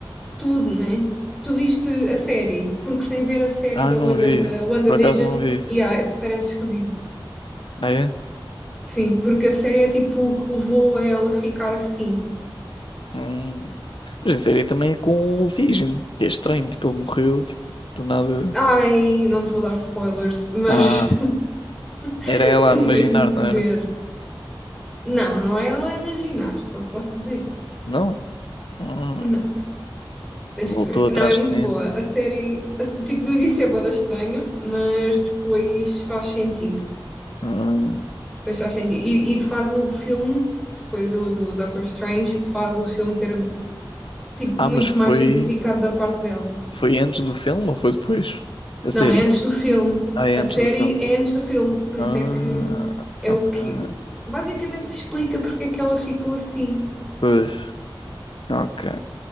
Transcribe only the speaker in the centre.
tudo, né? Tu viste a série, porque sem ver a série
da,
Wanda,
da WandaVision,
yeah, parece esquisito.
Sim, porque a série é tipo o que levou a ela ficar assim.
Ai, não te vou dar spoilers, mas
<laughs>
tens
mesmo
que ver.
Não, não é ela a imaginar, só te posso dizer isso.
Não. Tens
que ver.
Não, é muito
boa. A série, a se- tipo, no início é bué da estranho, mas depois faz sentido.
Depois faz sentido. E, e faz o filme, depois o do Doctor Strange, faz o filme ter, tipo,
muito
mais significado da parte dela.
Não, é antes do filme.
A
série
é antes do filme, por
isso é que é
o que basicamente explica porque é que ela ficou assim.